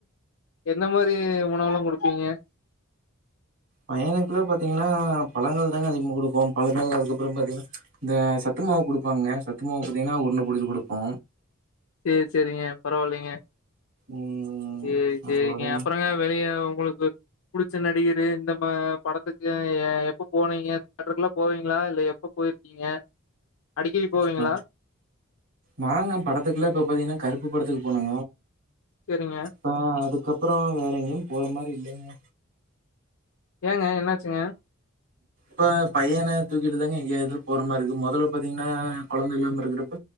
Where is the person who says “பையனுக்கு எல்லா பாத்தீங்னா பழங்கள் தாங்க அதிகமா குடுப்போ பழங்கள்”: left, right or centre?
Right